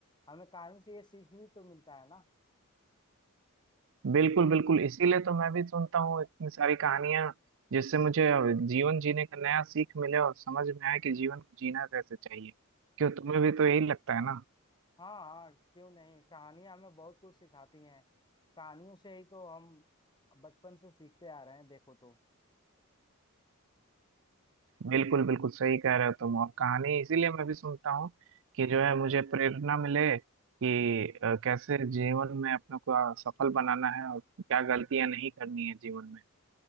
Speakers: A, on the left; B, on the right.
A: हमें कहानी से ये सीख भी तो मिलता है ना
B: बिल्कुल बिल्कुल इसीलिए तो मैं भी सुनता हूँ इतनी सारी कहानियां जिससे मुझे जीवन जीने का नया सीख मिले और समझ में आए कि जीवन को जीना कैसे चाहिए क्यों तुम्हें भी तो यही लगता है ना
A: हाँ हाँ क्यों नहीं कहानियां हमें बहुत कुछ सिखाती हैं कहानियों से ही तो हम बचपन से सीखते आ रहे हैं देखो तो
B: बिल्कुल बिल्कुल सही कह रहे हो तुम और कहानी इसीलिए मैं भी सुनता हूँ कि जो है मुझे प्रेरणा मिले कि अ, कैसे जीवन में अपने को अ, सफल बनाना है और क्या गलतियां नहीं करनी है जीवन में